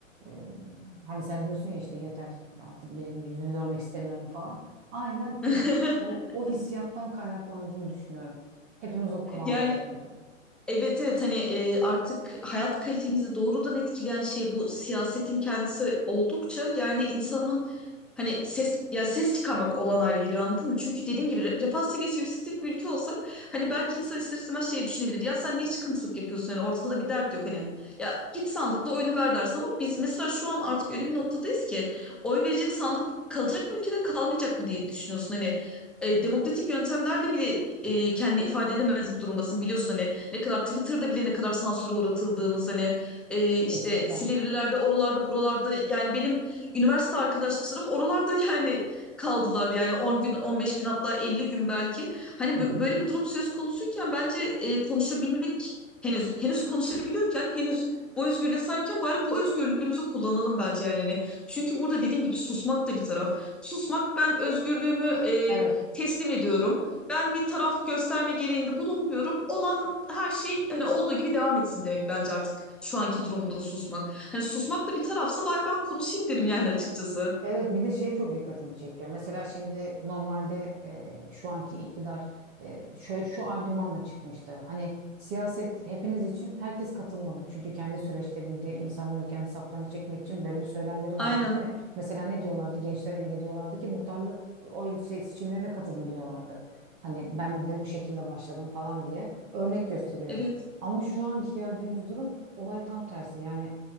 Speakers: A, on the right; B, in the centre.
A: Ee, hani sen diyorsun ya işte yeter artık birinin yüzünü görmek istemiyorum falan. Aynen
B: <laughs>
A: o, o, o hissiyattan kaynaklandığını düşünüyorum. Hepimiz o kıvamdayız
B: Yani
A: çünkü.
B: Evet evet hani e, artık hayat kalitemizi doğrudan etkileyen şey bu siyasetin kendisi oldukça yani insanın hani ses ya ses çıkarmak olağan hale geliyor anladın mı? Çünkü dediğim gibi re- refah seviyesi yüksek bir ülke olsak hani belki insan ister istemez şey düşünebilir. Ya sen niye çıkıntılık yapıyorsun? Hani ortada bir dert yok hani. Ya git sandıkta oyunu ver dersin ama biz mesela şu an artık öyle bir noktadayız ki oy verecek sandık kalacak mı ülkede kalmayacak mı diye düşünüyorsun. Hani e, demokratik yöntemlerle bile e, kendini ifade edemez bir durumdasın biliyorsun hani ne kadar Twitter'da bile ne kadar sansüre uğratıldığımız hani e, işte
A: Kesinlikle.
B: Silivrilerde oralarda buralarda yani benim üniversite arkadaşlarım oralarda <laughs> yani kaldılar yani 10 gün 15 gün hatta 50 gün belki hani
A: Hı
B: böyle
A: hı.
B: bir durum söz konusuyken bence e, konuşabilmek henüz henüz konuşabiliyorken henüz bu özgürlüğe sahipken bari bu özgürlüğümüzü kullanalım bence yani. ne Çünkü burada dediğim gibi susmak da bir taraf. Susmak ben özgürlüğümü e,
A: Evet.
B: teslim ediyorum ben bir taraf gösterme gereğinde bulunmuyorum. Olan her şey hani olduğu gibi devam etsin demek bence artık şu anki durumda susmak. Hani susmak da bir tarafsa bari ben konuşayım dedim yani açıkçası.
A: Evet bir de şeyi çok dikkatimi çekiyor. Mesela şimdi normalde e, şu anki iktidar e, şöyle, şu argümanla çıkmıştı. Hani siyaset hepiniz için herkes katılmalı. Çünkü kendi süreçlerinde insanları kendi saflarına çekmek için böyle bir söylemleri
B: Aynen.
A: vardı değil mi? Mesela ne diyorlardı? Gençlere bile diyorlardı ki muhtarlık oy şey, seçimlerine katılın diyorlardı. Hani ben bile bu şekilde başladım falan diye örnek gösteriyordu.
B: Evet.
A: Ama şu anki geldiğimiz durum olay tam tersi. Yani